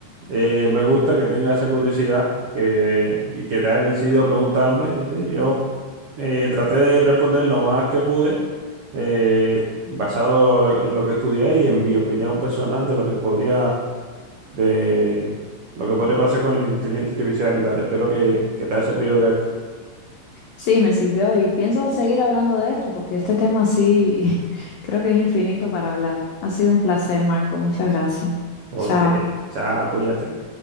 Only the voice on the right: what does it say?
Eh, me gusta que tenga esa curiosidad que, y que te haya decidido a preguntarme. ¿sí? Yo eh, traté de responder lo más que pude, eh, basado lo- en lo que estudié y en mi opinión personal de lo que podría, de lo que podría pasar con la inteligencia artificial y tal. Espero que, que te haya servido de algo.
Ok,
chao, cuídate.